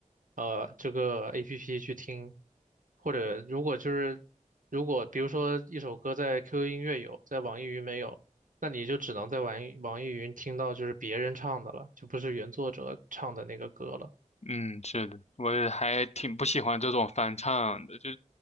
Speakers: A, on the right; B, on the left.
A: 呃，这个 APP 去听，或者如果就是如果比如说一首歌在 QQ 音乐有，在网易云没有，那你就只能在网易网易云听到就是别人唱的了，就不是原作者唱的那个歌了。
B: 嗯，是的，我也还挺不喜欢这种翻唱的，就